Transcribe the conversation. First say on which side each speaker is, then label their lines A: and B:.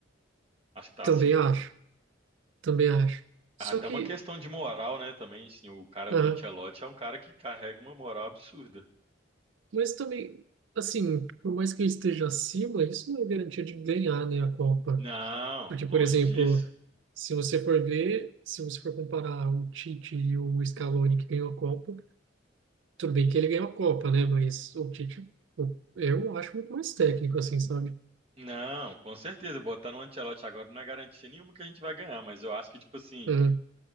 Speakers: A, on the right (about 30°); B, on the right (about 75°).
A: Acho que tá
B: Também
A: acima.
B: acho, também acho. Só
A: Ah, Até
B: que,
A: uma questão de moral, né, também, assim, o cara,
B: ah,
A: o Ancelotti é um cara que carrega uma moral absurda.
B: mas também, assim, por mais que ele esteja acima, isso não é garantia de ganhar, né, a Copa.
A: Não,
B: Porque,
A: longe
B: por exemplo,
A: disso.
B: se você for ver, se você for comparar o Tite e o Scaloni que ganhou a Copa, Tudo bem que ele ganhou a Copa, né? Mas o Tite, o- eu acho muito mais técnico, assim, sabe?
A: Não, com certeza, botar no Ancelotti agora não é garantia nenhuma que a gente vai ganhar, mas eu acho que, tipo assim,
B: Uhum,